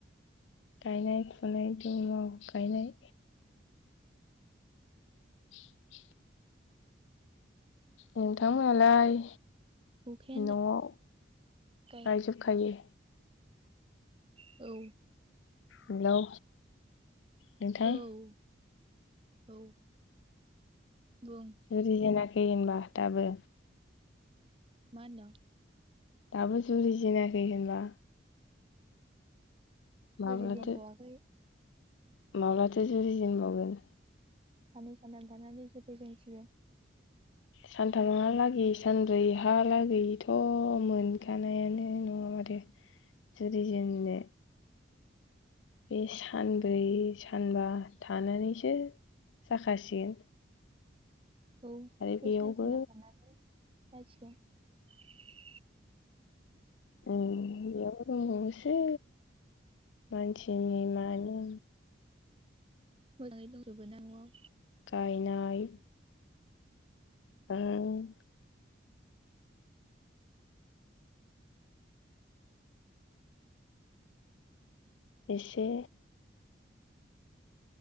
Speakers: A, on the left; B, on the right.
A: गायनाय फुनाय दुमाव गायनाय <inaudible> नोंथांमोनालाय
B: अखायानो
A: नआव
B: दा गाय
A: गायजोबखायो
B: औ
A: हेलौ नोंथां
B: औ औ बुं
A: <inaudible> फैेहोनबा दाबो
B: मा होनदों
A: दाबो जुरिजेनाखै होनबा
B: जुरि
A: माब्लाथो
B: जेनथवाखै
A: माब्लाथो जुरिजेबावगोन
B: सानै सानथाम थानानै जुरिजेनसिगोन
A: सानथामहालागै सानब्रैहालागैथ मोनखानायानो नङा माथो जुरिजेननो बे सानब्रै सानबा थानानैसो जाखासिगोन
B: औ
A: आरो बेयावबो
B: बै साननै सानथाम थानानै <unintelligible>
A: ओ बेयाव दंबावसै मानसिनि मानो
B: मोजाङै दंजोबो ना न' आव?
A: गायनाय ओं एसे